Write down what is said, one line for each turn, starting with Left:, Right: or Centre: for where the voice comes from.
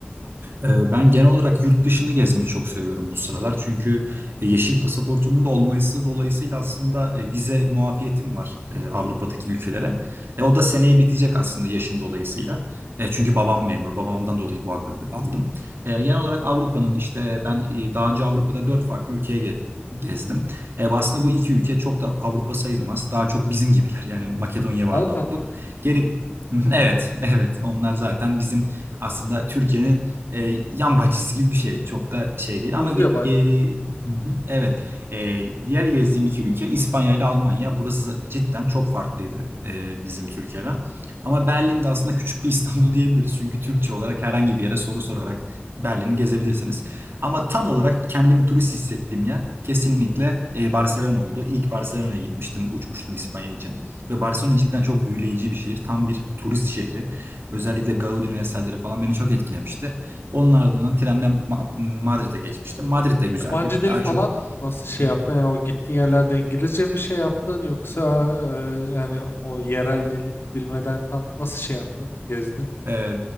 Right: Ee, Ben genel olarak yurt dışını gezmeyi çok seviyorum bu sıralar. Çünkü e, yeşil pasaportumun da olması dolayısıyla aslında e, vize muafiyetim var e, Avrupa'daki ülkelere. E, o da seneye bitecek aslında yaşım dolayısıyla. E, çünkü babam memur. Babamdan dolayı bu hakkı aldım. E, genel olarak Avrupa'nın işte ben e, daha önce Avrupa'da dört farklı ülkeye ge- gezdim. E, aslında bu iki ülke çok da Avrupa sayılmaz. Daha çok bizim gibiler. Yani Makedonya ve
Left: Balkan
Right: Arnavutluk.
Left: mı?
Right: Geri... <laughs> Evet, evet. Onlar zaten bizim aslında Türkiye'nin e, yan bahçesi gibi bir şey. Çok da şey değil
Left: Benziyor
Right: ama ge-
Left: bayağı.
Right: geri Hı hı, evet. E, diğer gezdiğim iki ülke İspanya ile Almanya. Burası cidden çok farklıydı e, bizim Türkiye'den. Ama Berlin'de aslında küçük bir İstanbul <laughs> diyebiliriz. Çünkü Türkçe olarak herhangi bir yere soru sorarak Berlin'i gezebilirsiniz. Ama tam olarak kendim turist hissettiğim yer kesinlikle e, Barcelona oldu. İlk Barcelona'ya gitmiştim, uçmuştum İspanya için. Ve Barcelona cidden çok büyüleyici bir şehir. Tam bir turist şehri. Özellikle Gaudi'nin eserleri falan beni çok etkilemişti. Onun ardından trenle Ma- Madrid'e geçmiştim. Madrid de güzeldi.
Left: Yabancı dil
Right: Daha
Left: falan
Right: çok
Left: nasıl şey
Right: Hı
Left: yaptın?
Right: hı.
Left: Yani o gittiğin yerlerde İngilizce mi şey yaptın yoksa eee, yani o yerel dil bilmeden tam nasıl şey yaptın? Gezdin.
Right: ee,